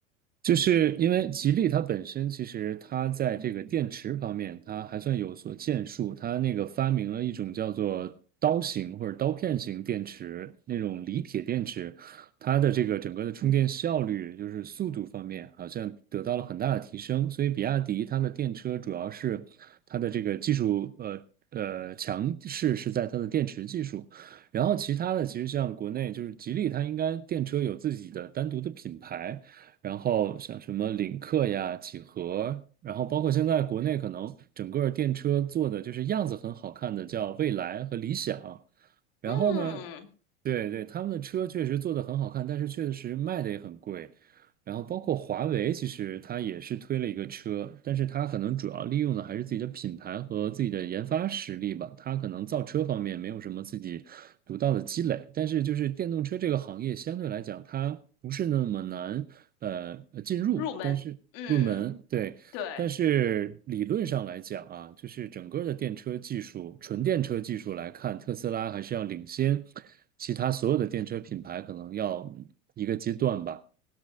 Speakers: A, on the right; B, on the left.
A: 就是因为吉利它本身其实它在这个电池方面，它还算有所建树。它那个发明了一种叫做刀型或者刀片型电池，那种锂铁电池，它的这个整个的充电效率，就是速度方面，好像得到了很大的提升。所以比亚迪它的电车主要是它的这个技术，呃呃，强势是在它的电池技术。然后其他的，其实像国内就是吉利，它应该电车有自己的单独的品牌。然后像什么领克呀、几何，然后包括现在国内可能整个电车做的就是样子很好看的，叫蔚来和理想。然后呢，
B: 嗯，
A: 对对，他们的车确实做的很好看，但是确实卖的也很贵。然后包括华为，其实它也是推了一个车，但是它可能主要利用的还是自己的品牌和自己的研发实力吧。它可能造车方面没有什么自己独到的积累，但是就是电动车这个行业相对来讲，它不是那么难呃呃进入，
B: 入门，
A: 但是入门，
B: 嗯，
A: 对。
B: 对。
A: 但是理论上来讲啊，就是整个的电车技术，纯电车技术来看，特斯拉还是要领先其他所有的电车品牌，可能要一个阶段吧。